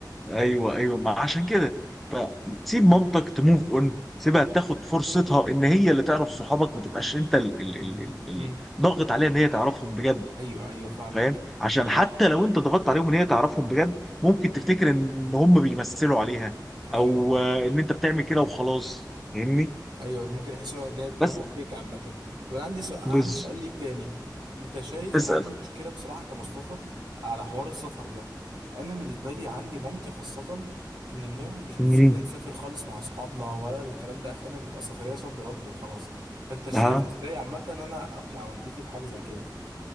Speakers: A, in the centre; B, on the right.
A: ايوه ايوه ما عشان كده فسيب مامتك تموف اون سيبها تاخد فرصتها ان هي اللي تعرف صحابك ما تبقاش انت ال- ال- ال- ال- ال-
B: امم
A: ضاغط عليها ان هي تعرفهم بجد
B: ايوه ايوه فاهمك
A: فاهم عشان حتى لو انت ضغطت عليهم ان هي تعرفهم بجد ممكن تفتكر
B: امم
A: ان هم بيمثلوا عليها
B: ايوه
A: او آه، ان انت بتعمل كده وخلاص فاهمني
B: ايوه ممكن يحس ان هو ان
A: بس
B: هم فيك عامه طب انا عندي سؤال
A: بس
B: عندي سؤال ليك تاني انت شايف
A: بس
B: انا عندي مشكله بصراحه كمصطفى على حوار السفر ده انا بالنسبه لي عندي مامتي خاصه من النوع اللي مش بتسيبنا
A: مم.
B: نسافر خالص مع اصحابنا ولا الكلام ده اخينا بيبقى سفريه صد رد وخلاص فانت شايف
A: ها
B: ازاي عامه ان انا اقنع والدتي بحاجه زي كده